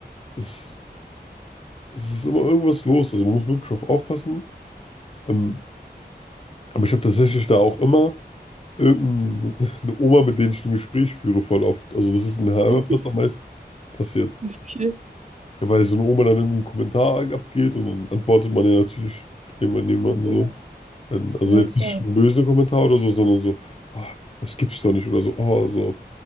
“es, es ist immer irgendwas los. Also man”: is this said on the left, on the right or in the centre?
Left